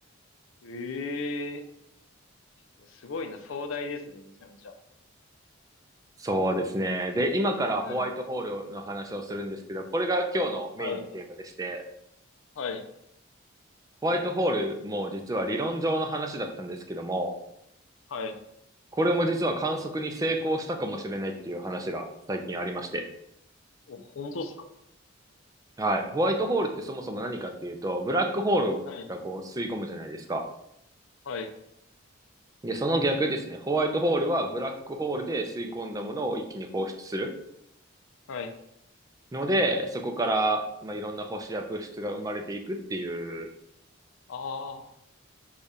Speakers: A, on the left; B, on the right.
A: ええーすごいな、壮大ですね、めちゃめちゃ。
B: そうですね。で、今からホワイトホールの話をするんですけど、
A: はい。
B: これが今日のメインのテーマでして、
A: はい。はい。
B: ホワイトホールも実は理論上の話だったんですけども、
A: はい。
B: これも実は観測に成功したかもしれないっていう話が最近ありまして、
A: お、本当っすか
B: はい。ホワイトホールってそもそも何かっていうと、ブラックホールがこう吸い込むじゃないですか。
A: はい。はい。
B: で、その逆ですね。ホワイトホールはブラックホールで吸い込んだものを一気に放出する。
A: はい。
B: ので、そこから、まあ、いろんな星や物質が生まれていくっていう、
A: ああ、